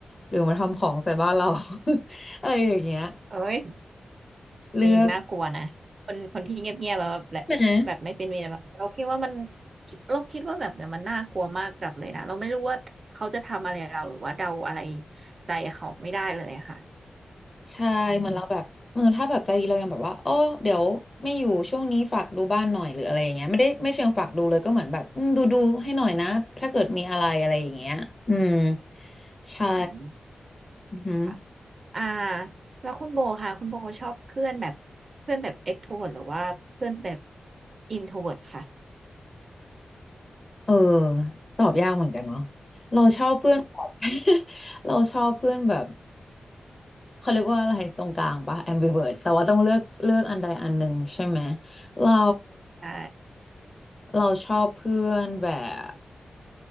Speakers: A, on the left; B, on the right.
A: หรือมาทำของใส่บ้านเรา <laughs> อะไรอย่างเงี้ย
B: เอ้ย
A: เลือก
B: นี่น่ากลัวนะคนคนที่เงียบๆแบบแบบแบบไม่เป็นมีอะไรแบบเราคิดว่ามัน
A: ใช่ไหม
B: เราคิดว่าแบบเนี่ยมันน่ากลัวมากกับเลยนะเราไม่รู้ว่าเขาจะทำอะไรเราหรือว่าเดาอะไรใจเขาไม่ได้เลยอะค่ะ
A: ใช่เหมือนเราแบบเหมือนถ้าแบบใจดีเรายังแบบว่าโอ้เดี๋ยวไม่อยู่ช่วงนี้ฝากดูบ้านหน่อยหรืออะไรอย่างเงี้ยไม่ได้ไม่เชิงฝากดูเลยก็เหมือนแบบอืมดูดูให้หน่อยนะถ้าเกิดมีอะไรอะไรอย่างเงี้ยอืม
B: อืม
A: ใช่
B: อืม
A: อือหือ
B: ค่ะอ่าแล้วคุณโบค่ะคุณโบชอบเพื่อนแบบเพื่อนแบบเอ็กโทรเวิร์หรือว่าเพื่อนแบบอินโทรเวิร์ค่ะ
A: เออตอบยากเหมือนกันเนาะเราชอบเพื่อนแบบ <laughs> เราชอบเพื่อนแบบเขาเรียกว่าอะไรตรงกลางปะ ambivert แต่ว่าต้องเลือกเลือกอันใดอันหนึ่งใช่ไหมเรา
B: ใช่
A: เราชอบเพื่อนแบบ